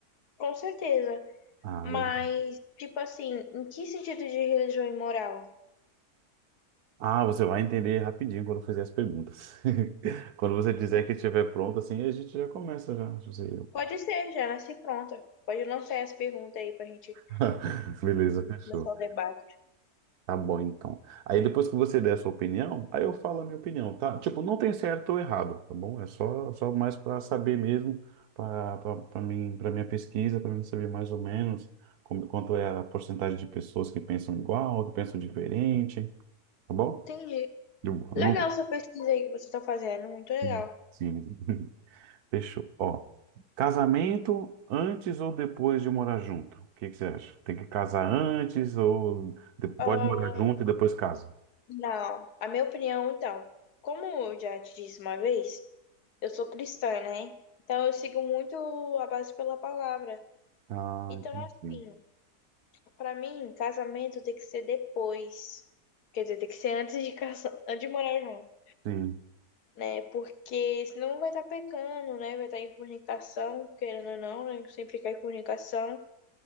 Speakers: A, on the left (about 80°); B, on the right (about 80°).
A: Com certeza.
B: Ah,
A: Mas,
B: legal.
A: tipo assim, em que sentido de religião imoral?
B: Ah, você vai entender rapidinho quando eu fizer as perguntas. <laughs> Quando você dizer que estiver pronto, assim, a gente já começa já. José.
A: Pode ser, já nasci pronta. Pode lançar essa pergunta aí pra gente
B: <laughs> Beleza, fechou.
A: começar o debate.
B: Tá bom, então. Aí depois que você der a sua opinião, aí eu falo a minha opinião, tá? Tipo, não tem certo ou errado, tá bom? É só, só mais para saber mesmo, para mim, para minha pesquisa, para mim saber mais ou menos como, quanto é a porcentagem de pessoas que pensam igual, que pensam diferente, tá bom?
A: Entendi.
B: De boa, Não.
A: Legal essa pesquisa aí que você tá fazendo, muito legal.
B: Sim. sim. <laughs> Fechou. Ó, casamento antes ou depois de morar junto? O que que você acha? Tem que casar antes ou de- pode
A: Ah,
B: morar junto e depois casa?
A: não, a minha opinião, então, como eu já te disse uma vez, eu sou cristã, né? Então eu sigo muito a base pela palavra.
B: Ah,
A: Então,
B: entendi.
A: assim, Pra mim, casamento tem que ser depois. Quer dizer, tem que ser antes de casar, <laughs> antes de morar junto,
B: Sim.
A: né? Porque senão vai estar pecando, né? Vai estar em fornicação, querendo ou não, né? Sempre cai em fornicação.